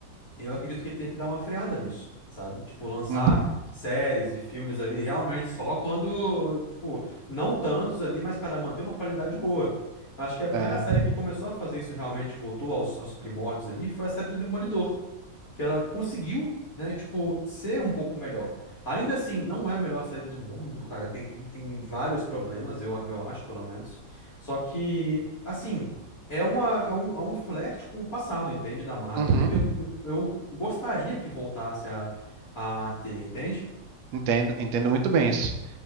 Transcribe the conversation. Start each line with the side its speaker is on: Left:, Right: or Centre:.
Left: Eu acredito que tem que dar uma freada nisso, sabe? Tipo, lançar
Right: Uhum.
Left: séries e filmes ali realmente só quando, tipo, não tantos ali, mas, cara, manter uma qualidade boa. Acho que a primeira
Right: É.
Left: série que começou a fazer isso realmente, voltou aos, aos primórdios ali, foi a série do Demolidor, que ela conseguiu, né, tipo, ser um pouco melhor. Ainda assim, não é a melhor série do mundo, cara, tem, tem vários problemas, eu, eu acho, pelo menos. Só que, assim. É, uma, é, um, é um flerte com o passado, entende? Da Marvel
Right: Uhum.
Left: ali, que eu, eu eu gostaria que voltasse a, a ter, entende?
Right: Entendo, entendo muito bem isso.